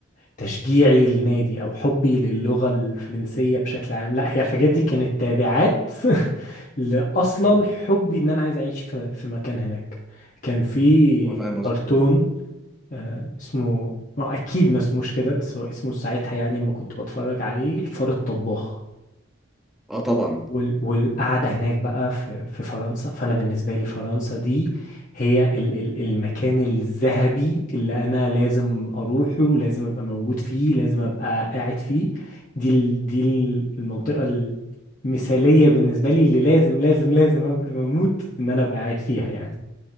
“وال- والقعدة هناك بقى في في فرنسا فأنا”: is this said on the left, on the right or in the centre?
Left